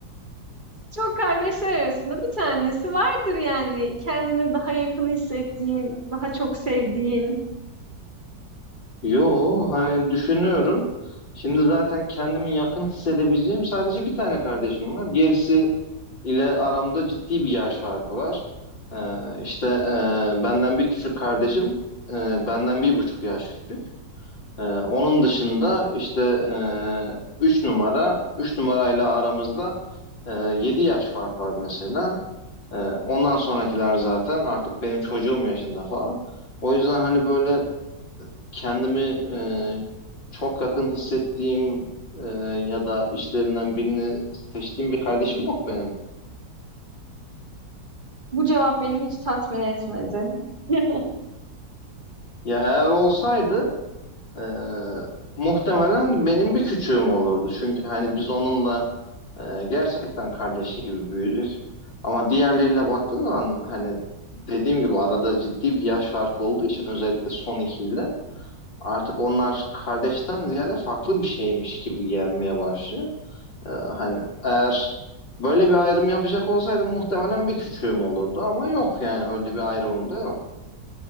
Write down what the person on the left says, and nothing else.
Yo hani düşünüyorum. Şimdi zaten kendimi yakın hissedebileceğim sadece bir tane kardeşim var. Gerisi ile aramda ciddi bir yaş farkı var. Ee, işte e, benden bir küçük kardeşim, e, benden bir buçuk yaş küçük. Ee, onun dışında işte e, üç numara, üç numarayla aramızda e, yedi yaş fark var mesela. E, ondan sonrakiler zaten artık benim çocuğum yaşında falan. O yüzden hani böyle kendimi e, çok yakın hissettiğim e, ya da işlerinden birini seçtiğim bir kardeşim yok benim.
Ya eğer olsaydı e, muhtemelen benim bir küçüğüm olurdu. Çünkü hani biz onunla e, gerçekten kardeş gibi büyüdük. Ama diğerleriyle baktığın zaman hani dediğim gibi arada ciddi bir yaş farkı olduğu için özellikle son ikiyle artık onlar kardeşten ziyade farklı bir şeymiş gibi gelmeye başlıyor. Ee, hani eğer böyle bir ayrım yapacak olsaydım muhtemelen bir küçüğüm olurdu ama yok yani öyle bir ayrımım da yok.